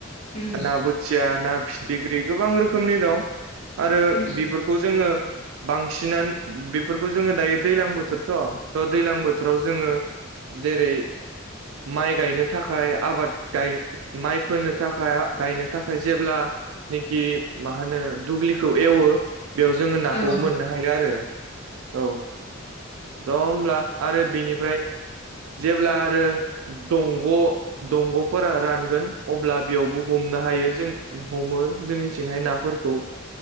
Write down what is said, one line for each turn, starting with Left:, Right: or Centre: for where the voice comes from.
Left: उम
Right: ना बोथिया ना फिथिख्रि गोबां रोखोमनि दं आरो
Left: उम
Right: बेफोर जोङो बांसिनानो बे बेफोरखौ जोङो दायो दै्लां बोथोरथ' थ' दै्लां बोथोराव जोङो जेरै माइ गायनो थाखाय आबाद गाय माइ फोनो थाखाय गायनो थाखाय जेब्लानेखि मा होनो दुब्लिखौ एवो बेयाव जोङो नाखौ
Left: औ
Right: मोननो हायो आरो औ ज' होमब्ला आरो बिनिफ्राय जेब्ला आरो दंग' दंग'फोरा रानगोन अब्ला बेयावबो हमनो हायो जों हमो जोंनिथिंहाय नाफोरखौ